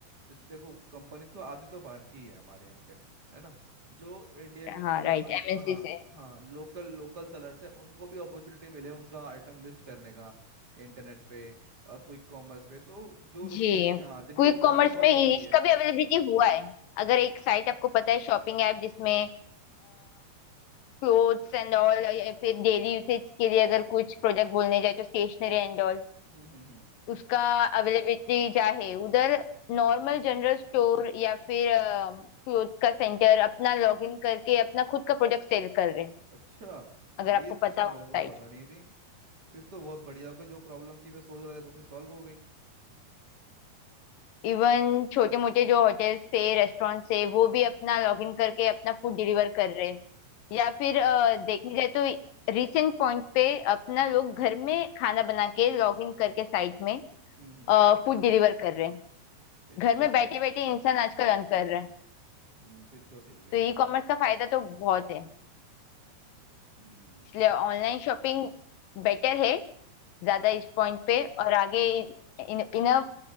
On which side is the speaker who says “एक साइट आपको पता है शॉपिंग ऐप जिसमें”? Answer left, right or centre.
Left